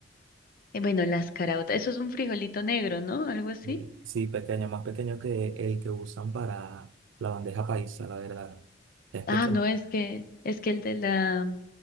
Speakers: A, on the left; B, on the right.
A: Eh, bueno, las caraotas, eso es un frijolito negro, ¿no? Algo así.
B: Eh, Sí, pequeño, más pequeño que el que usan para la bandeja paisa, la verdad. Es pequeño.
A: Ah, no, es que es que el de la